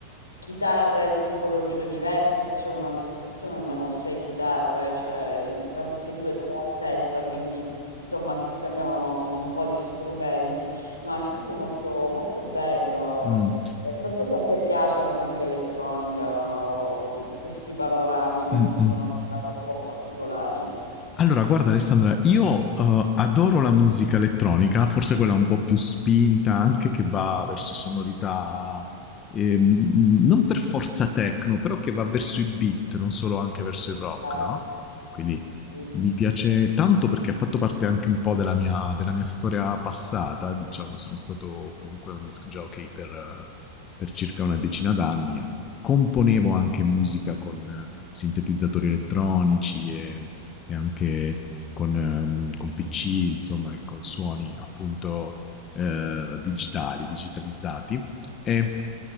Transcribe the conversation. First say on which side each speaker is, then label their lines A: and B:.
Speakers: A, on the left; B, on the left.
A: chitarre di tipologie diverse, perché c'erano a disposizione almeno sei chitarre, cioè tra tutti e due tre a testa, quindi insomma si scambiavano un po' di strumenti. No, è stato molto, molto bello.
B: Mm,
A: Eh, Non so se a te piace la musica elettronica o questi panorami
B: mm,
A: di sonorità
B: mm.
A: un po' particolari.
B: Allora, guarda Alessandra, io eh, adoro la musica elettronica, forse quella un po' più spinta, anche che va verso sonorità ehm, non per forza techno, però che va verso i beat, non solo anche verso il rock,
A: Eh,
B: no? Quindi
A: sì, sì.
B: mi piace tanto perché ha fatto parte anche un po' della mia, della mia storia passata, diciamo, sono stato comunque un disc jockey per, eh, per circa una decina d'anni e componevo anche musica con eh, sintetizzatori elettronici e e anche con, ehm, con PC, insomma, e con suoni appunto eh, digitali, digitalizzati. E